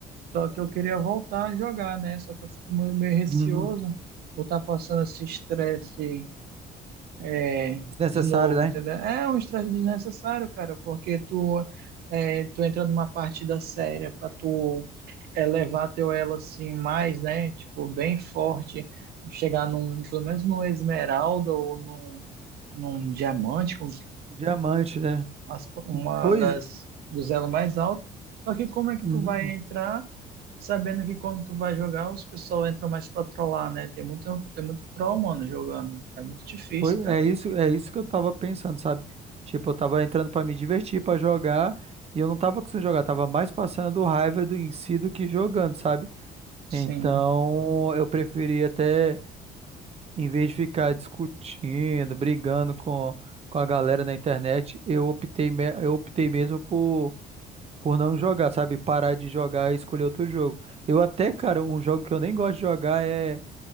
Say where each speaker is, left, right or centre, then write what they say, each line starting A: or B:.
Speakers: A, on the right; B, on the right.
A: Só que eu queria voltar a jogar, né? Só que eu fico meio, meio receoso
B: uhum,
A: por estar passando esse estresse é,
B: desnecessário,
A: de novo,
B: né?
A: entendeu? É um estresse desnecessário, cara, porque tu, é, tu entra numa partida séria para tu elevar teu elo assim mais, né? Tipo, bem forte, chegar num, pelo menos num esmeralda ou num, num diamante, como,
B: Diamante, né?
A: as- uma
B: Pois,
A: das dos elos mais altos. Só que como é que
B: uhum,
A: tu vai entrar sabendo que quando tu vai jogar, os pessoal entra mais pra trollar, né? Tem muito, tem muito troll, mano, jogando. É muito difícil,
B: foi,
A: cara.
B: é isso, é isso que eu tava pensando, sabe? Tipo, eu tava entrando pra me divertir, pra jogar, e eu não tava conseguindo jogar, tava mais passando raiva do em si do que jogando, sabe?
A: Sim.
B: Então, eu preferi até Em vez de ficar discutindo, brigando com, com a galera na internet, eu optei, me- eu optei mesmo por, por não jogar, sabe? Parar de jogar e escolher outro jogo. Eu até, cara, um jogo que eu nem gosto de jogar é,